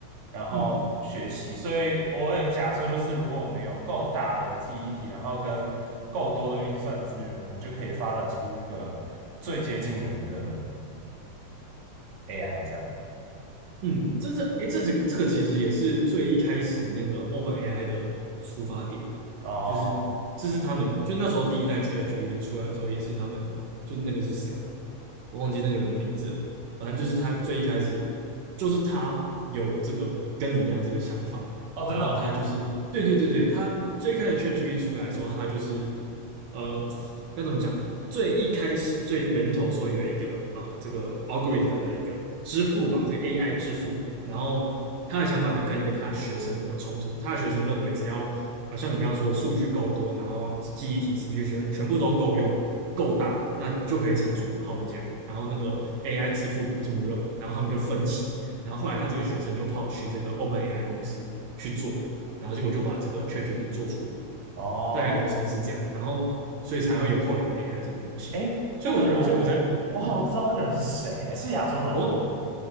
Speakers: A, on the right; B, on the right.
A: 然后学习。
B: 嗯。
A: 所以我有个假说，就是如果我们有够大的记忆体，然后跟够多的运算资源，我们就可以发展出一个最接近人的 AI 这样。
B: 嗯，这这哎，这几个这个其实也是最一开始那个 OpenAI 的出发点，
A: 哦
B: 就是这是他们就那时候第一代 ChatGPT 出来的时候，也是他们就那个是谁啊？我忘记那个人的名字了，反正就是他最一开始就是他有这个跟你一样这个想法，
A: 哦，真的哦，
B: 然后他就是对对对对，他最开始 ChatGPT 出来的时候，他就是呃该怎么讲？最一开始最源头说有一个啊、呃这个 algorithm 的一个支付吧，这个 AI 支付，然后他的想法就跟一个他的学生有冲突，他的学生认为只要啊像你刚刚说的数据够多，然后记忆体、CPU 全全部都够用、够大，那就可以产出好的结果。然后那个 AI 支付不这么认为，然后他们就分歧，然后后来他这个学生就跑去这个 OpenAI 公司去做，然后结果就把这个 ChatGPT 做出来。
A: 哦，
B: 大概流程是这样，然后所以才会有后来的 AI 这个模型。
A: 诶，
B: 所以我，
A: 那个人我我我好像知道那个人是谁，
B: 我所以我才，嗯，
A: 诶是亚洲人对不对？
B: 我